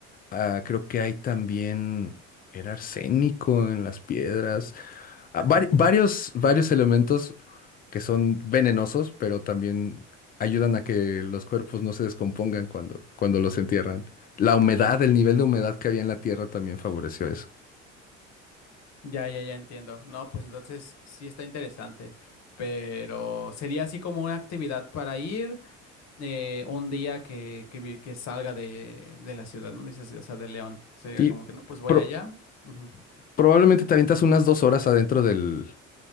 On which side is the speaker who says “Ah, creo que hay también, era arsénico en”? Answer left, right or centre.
Left